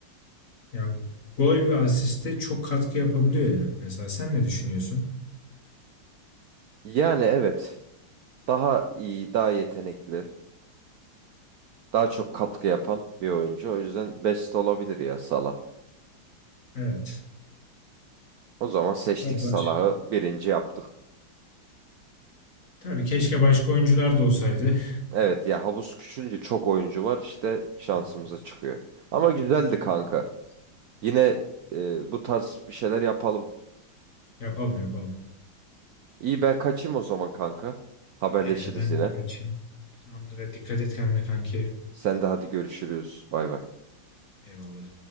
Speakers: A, on the left; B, on the right.
A: Yani gol ve asiste çok katkı yapabiliyor ya. Mesela sen ne düşünüyorsun?
B: Yani evet. Daha iyi, daha yetenekli, daha çok katkı yapan bir oyuncu. O yüzden best olabilir ya Salah.
A: Evet.
B: O zaman seçtik
A: Tabii
B: Salah'ı
A: baş.
B: birinci yaptık.
A: Tabii keşke başka oyuncular da olsaydı.
B: Evet ya havuz küçülünce çok oyuncu var işte şansımıza
A: Evet.
B: çıkıyor.
A: Bir
B: Ama
A: dahakine
B: güzeldi
A: daha
B: kanka.
A: büyük yaparız. Evet.
B: Yine e, bu tarz bir şeyler yapalım.
A: Yapalım yapalım.
B: İyi ben kaçayım o zaman kanka. Haberleşiriz
A: Eğer ben
B: yine.
A: de kaçayım. Tamamdır. hadi Dikkat et kendine kanki.
B: Sen de hadi görüşürüz. Bay bay.
A: Eyvallah.